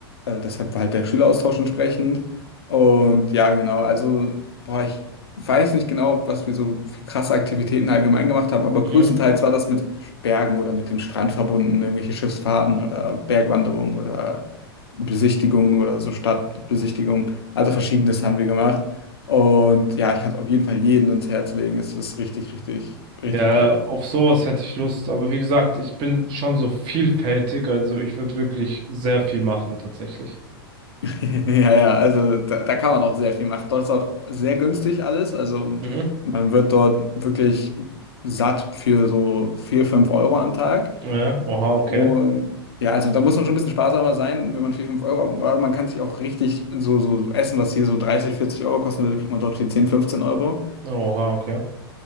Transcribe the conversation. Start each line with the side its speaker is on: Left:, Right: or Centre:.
Left: äh, deshalb war halt der Schüleraustausch entsprechend. Und ja, genau, also, boah, ich weiß nicht genau, was wir so für krasse Aktivitäten allgemein gemacht haben, aber
Right: Mhm.
Left: größtenteils war das mit Bergen oder mit dem Strand verbunden, irgendwelche Schiffsfahrten oder Bergwanderungen oder Besichtigungen oder so Stadtbesichtigungen. Also Verschiedenes haben wir gemacht. Und ja, ich kann es auf jeden Fall jedem ans Herz legen. Es ist richtig, richtig, richtig
Right: Ja,
Left: geil. dort.
Right: auf sowas hätte ich Lust. Aber wie gesagt, ich bin schon so vielfältig. Also ich würde wirklich sehr viel machen, tatsächlich.
Left: <laughs> Ja, ja, also da, da kann man auch sehr viel machen. Dort ist auch sehr günstig alles. Also
Right: Mhm.
Left: man wird dort wirklich satt für so 4, 5 Euro am Tag.
Right: Ja. Oha, okay.
Left: Und ja, also da muss man schon ein bisschen sparsamer sein, wenn man 4, 5 Euro, aber man kann sich auch richtig so, so Essen, was hier so 30, 40 Euro kosten würde, kriegt man dort für 10, 15 Euro.
Right: Oha, okay.